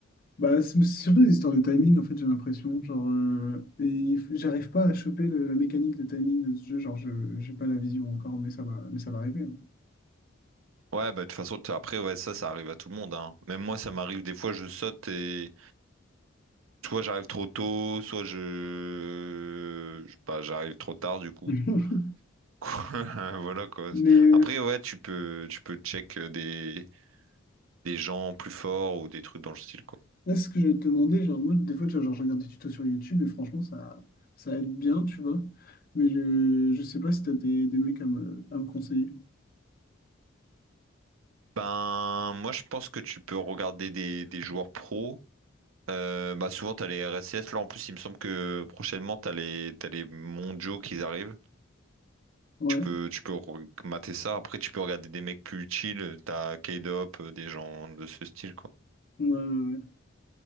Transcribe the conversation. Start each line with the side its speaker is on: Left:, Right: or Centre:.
Left: Bah, c'est c'est surtout des histoires de timing, en fait, j'ai l'impression. Genre, euh, et il faut- j'arrive pas à choper le- la mécanique de timing de ce jeu. Genre, je, j'ai pas la vision encore, mais ça va, mais ça va arriver.
Right: Ouais, bah, de toute façon, t'as- après, ouais, ça, ça arrive à tout le monde, hein. Même moi, ça m'arrive des fois, je saute et soit j'arrive trop tôt, soit je, je sais pas, j'arrive trop tard, du coup.
Left: <laughs>
Right: <laughs> Voilà, quoi.
Left: Mais, euh,
Right: Après, ouais, tu peux, tu peux check euh, des, des gens plus forts ou des trucs dans le style, quoi.
Left: Là, c'est ce que je vais te demander, genre, moi, des fois, tu vois, genre, je regarde des tutos sur YouTube et franchement, ça, ça aide bien, tu vois. Mais je, je sais pas si t'as des, des mecs à me, à me conseiller.
Right: Ben, moi, je pense que tu peux regarder des, des joueurs pros. Euh, bah, souvent, t'as les RSCS. Là, en plus, il me semble que prochainement, t'as les, t'as les mondiaux qui arrivent.
Left: Ouais.
Right: Tu peux, tu peux re- mater ça. Après, tu peux regarder des mecs plus chill. T'as K-Dop, euh, des gens de ce style, quoi.
Left: Ouais, ouais, ouais.